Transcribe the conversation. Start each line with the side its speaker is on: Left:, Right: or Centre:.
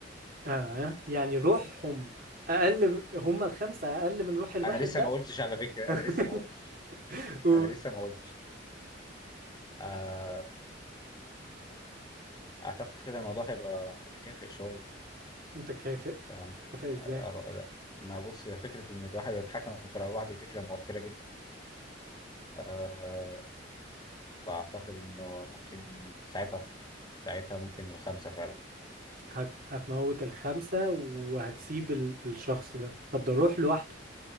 Right: آه يعني روحهم أقل هم الخمسة أقل من روح الواحد
Left: أنا لسه
Right: ده
Left: ما قلتش على فكرة أنا
Right: <laughs>
Left: لسه ما قلتش
Right: قول
Left: أنا لسه ما قلتش آه، أعتقد كده الموضوع هيبقى متكافئ شوية
Right: متكافئ
Left: يعني ما
Right: متكافئ إزاي؟
Left: آه، ما بص هي فكرة إن الواحد يتحكم في رأي واحد دي فكرة موترة جدا آه، فأعتقد إنه ممكن ساعتها أفكر ساعتها ممكن الخمسة فعلا
Right: هت... هتموت الخمسة وهتسيب ال... الشخص ده طب ده روح لوحده